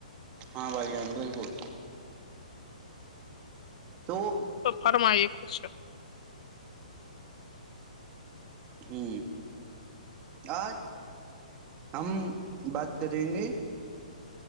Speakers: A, on the right; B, on the left.
A: ہاں بھائی جان بالکل تو <unintelligible>
B: تو فرمائیے خوش <unintelligible>
A: ہوں آج ہم بات کریں گے <unintelligible>